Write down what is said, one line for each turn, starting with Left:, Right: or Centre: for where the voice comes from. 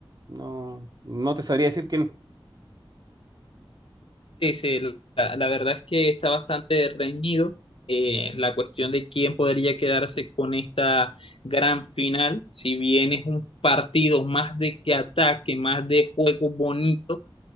Right: No, no te sabría decir quién.
Left: sí, sí. La, la verdad es que está bastante reñido eh, la cuestión de quién podría quedarse con esta gran final, si bien es un partido más de que ataque, más de juego bonito